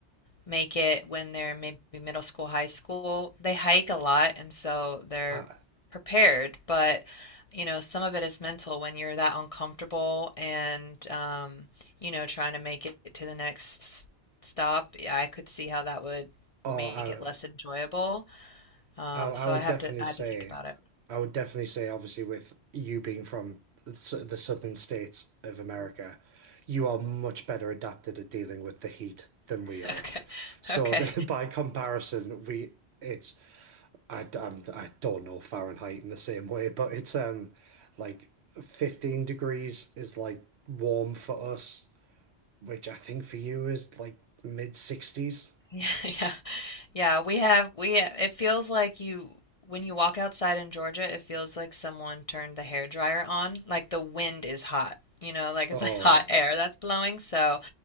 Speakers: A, on the left; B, on the right.
A: make it when they're maybe middle school, high school. They hike a lot, and so they're
B: I,
A: prepared, but you know, some of it is mental when you're that uncomfortable and um, you know, trying to make it to the next stop. I could see how that would
B: oh,
A: make it less enjoyable. Um,
B: I, I, I
A: so
B: would
A: I have
B: definitely
A: to I
B: say,
A: have to think about it.
B: I would definitely say, obviously, with you being from the s- the southern states of America, you are much better adapted at dealing with the heat than
A: <laughs>
B: we are.
A: Okay.
B: So
A: Okay.
B: <laughs> by comparison, we it's I I, d- I'm- I don't know Fahrenheit in the same way, but it's um like 15 degrees is like warm for us, which I think for you is like mid 60s.
A: <laughs> yeah. Yeah, we have we it feels like you when you walk outside in Georgia, it feels like someone turned the hair dryer on. Like the wind is hot, you know, like
B: Oh,
A: it's like hot air that's blowing. So,